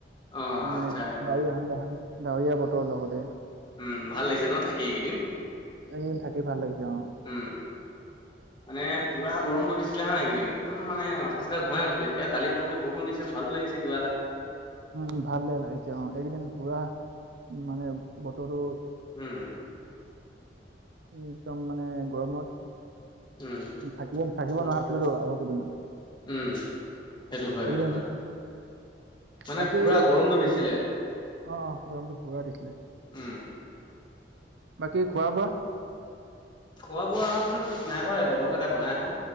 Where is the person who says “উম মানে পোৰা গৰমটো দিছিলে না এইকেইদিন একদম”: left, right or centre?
Left